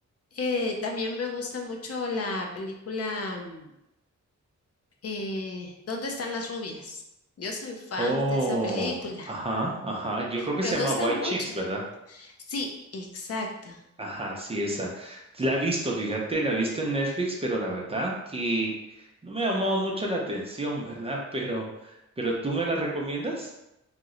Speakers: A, on the left (about 50°); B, on the right (about 20°).
A: Eh, también me gusta mucho la película mm, eh, ¿dónde están las rubias? Yo soy fan
B: Oh,
A: de esa película.
B: ajá, ajá. Yo creo que
A: Me
B: se
A: gusta
B: llama White
A: mucho.
B: Chicks, ¿verdad?
A: Sí, exacto.
B: Ajá, sí, esa. La he visto, fíjate, la he visto en Netflix, pero la verdad que no me ha llamado mucho la atención, <laughs> ¿verdad? Pero, pero ¿tú me la recomiendas?